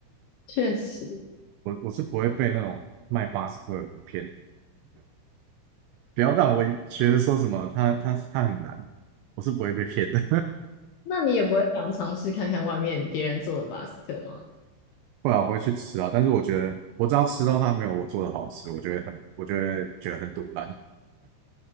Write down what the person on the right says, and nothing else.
我我是不会被那种卖八十克的骗，不要让我觉得说什么他他他很难，我是不会被骗的，
<laughs> 不然我会去吃啊。但是我觉得我只要吃到它没有我做的好吃，我就会很我就会觉得很堵烂。